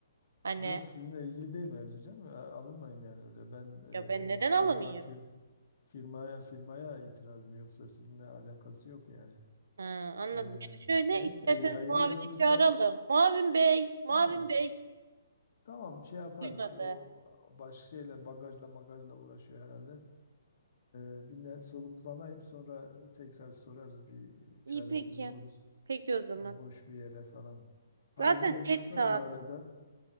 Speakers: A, on the right (about 80°); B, on the left (about 60°).
A: Hani
B: Yok sizinle ilgili değil mevzu canım. A- Alınmayın yani öyle. Ben
A: ya ben neden
B: e,
A: alınayım?
B: firma fir, firmaya firmaya itirazım yoksa sizinle alakası yok yani.
A: Ha, anladım.
B: E,
A: Ya şöyle
B: neyse
A: isterseniz
B: iyi hayırlı
A: Mavin'i
B: yolculuklar.
A: çağıralım. Mavin Bey, Mavin
B: Tamam.
A: Bey
B: Tamam şey yaparız.
A: duymadı.
B: Bir o başka şeyle bagajla magajla uğraşıyor herhalde. E, bir ne- soluklanayım sonra tekrar sorarız bir çaresini
A: İyi peki.
B: buluruz.
A: Peki o zaman.
B: e, boş bir yere falan. Hayırlı
A: Zaten
B: yolculuklar
A: geç saat.
B: bu arada.